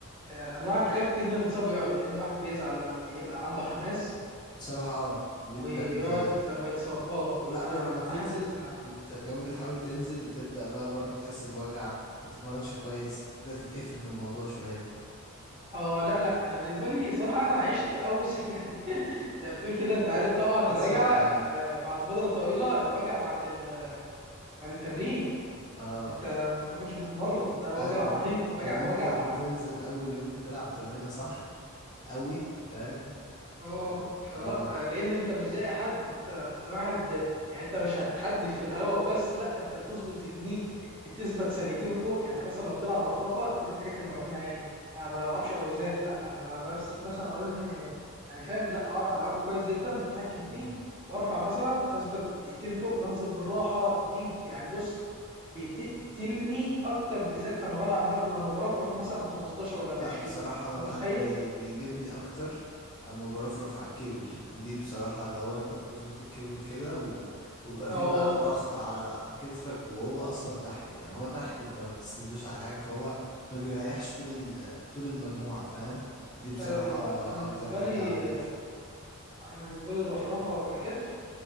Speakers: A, on the right; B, on the left.
A: آه الواحد خايف جدا يتصاب ويقعد لان الواحد بيزعل لما بيبقى عنده حماس
B: بصراحة اه دي
A: ويقعد
B: بجد آه،
A: لما يتصاب اه
B: ولا
A: انا
B: ولما تنزل
A: انا حاسس اه
B: بت... كمان بتحاول تنزل تبدأ بقى برضه تحس بوجع بتتمرنش كويس بتبدأ تتقفل من الموضوع شوية
A: آه، لا لا انا بالنسبه لي صراحه انا عشت اوس <laughs> يعني زي ما بتقول كده انت عارف طبعا
B: بس
A: الرجعه
B: و... اه
A: آه، بعد فتره طويله الوجع بعد ال... بعد التمرين
B: اه
A: وانت انت كنتش بتتمرن ده
B: ايوه
A: وجع رهيب وجع
B: وان انت
A: وجع
B: بتنزل اول يوم بتلعب تمرينة صح قوي فاهم
A: اه
B: بس
A: فلا
B: اه
A: لان انت مش زي أي حد انت انت واحد يعني انت مش هتحدف في الهواء وبس لا انت بتظبط تكنيك بتثبت ثانيتين فوق يعني مثلا لو بتلعب رفرفه دي من الحاجات اللي بعملها يعني انا ما بلعبش اوزان لا انا ب- بمسك مثلا وزني يعني فاهم لا اعرف العبه كويس جدا انا بتحكم فيه
B: مم.
A: وارفع مثلا اثبت دقيقتين فوق وانزل بالراحه دي يعني بص بتقتلني اكتر بالذات لما بلعب لما برفرف مثلا ب 15 ولا ب
B: لا
A: 20
B: بصراحة أنا
A: انت
B: بقى
A: متخيل؟
B: اللي بي... بيجيبني أكتر أما برفرف على الكيبل دي بصراحة اللي هو أنت بتظبط الكيبل كده و... ويبقى
A: اه
B: فيه بقى ضغط على كتفك وهو أصلا تحت يعني هو تحت أنت ما بتسندوش على حاجة فهو ما بيريحش طول ال... طول المجموعة فاهم دي بصراحة
A: أه لا انا بالنسبه
B: أكتر حاجة
A: لي
B: عملت
A: آه،
B: لي
A: انا بالنسبه لي الرفرفه ككتف